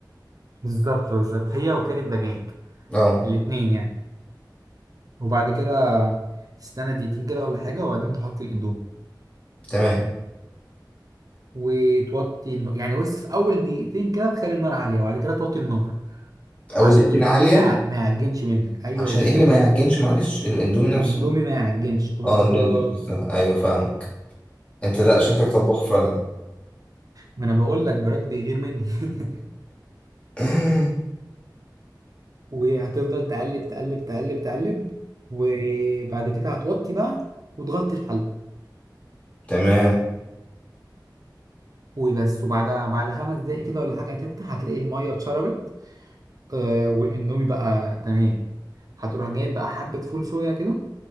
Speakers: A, on the right; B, on the left.
A: بالظبط بالظبط هي وكيل الدجاج
B: اه
A: الاتنين يعني وبعد كده تستنى دقيقتين كده ولا حاجة وبعدين تحط الأندومي
B: تمام
A: وتوطي النار يعني بص في أول دقيقتين كده تخلي النار عالية وبعد كده توطي النار
B: او
A: عشان
B: الاتنين
A: الأندومي
B: عاليه
A: ما يع- ما يعجنش منك أيوه
B: عشان
A: بالظبط
B: ايه اللي ما يعجنش معلش الاندومي نفسه
A: الأندومي ما يعجنش بالظبط
B: اه النودلز ده. ايوه فاهمك انت لا شكلك
A: بالظبط
B: طباخ فعلا
A: ما أنا بقول لك براك بيغير مني <laughs>
B: <laughs>
A: وهتفضل تقلب تقلب تقلب تقلب وبعد كده هتوطي بقى وتغطي الحل
B: تمام
A: وبس وبعد بعد خمس دقايق كده ولا حاجة هتفتح هتلاقي المية اتشربت آه والاندومي بقى تمام هتروح جايب بقى حبة فول صويا كده